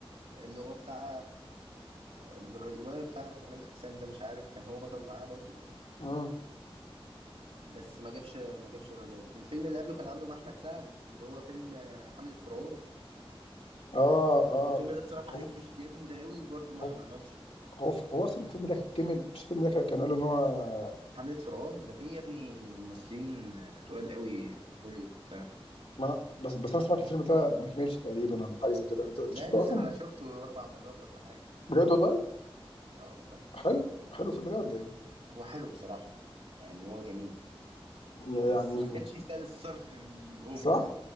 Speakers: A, on the right (about 90°); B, on the left (about 80°).
A: اللي هو بتاع الولد بتاع كمال الأجسام ده مش عارف كان هو بطل معاه برضو
B: مم.
A: بس ما جابش ما جابش ايرادات الفيلم اللي قبله كان عامله مع أحمد سعد اللي هو فيلم آه، حملة فرعون
B: اه
A: الف-
B: اه
A: الفيلم ده اتصرف
B: هو
A: عليه فلوس جامدة قوي برضو ما
B: هو
A: ما عملش
B: هو هو اصلا الفيلم ده كمل مش الفيلم ده كان قالوا ان هو
A: حملة فرعون ده فيه يا ابني ممثلين آه، تقال قوي من هوليوود وبتاع
B: ما أنا بس بس انا سمعت الفيلم ده ما كملش تقريبا ولا حاجه زي كده انت انت
A: لا
B: شفته
A: نزل
B: اصلا
A: أنا شفته أربع مرات ولا حاجة
B: بجد والله
A: اه والله
B: حلو حلو الفيلم ده ولا ايه
A: هو حلو بصراحة يعني هو جميل
B: يعني
A: بس ما كانش يستاهل الصرف الأوفر
B: صح
A: ده